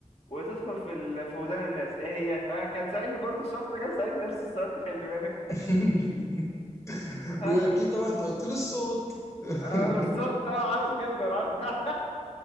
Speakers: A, on the left; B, on the left.
A: وتدخل في ال... في ودان الناس ايه هي؟ ها كان سألني برضو الشخص ده كان سألني نفس السؤال ده خلي بالك
B: <laughs>
A: ها
B: وأكيد طبعا أنت قلت لي الصوت <laughs>
A: آه، بالظبط اه عاش جدا <laughs>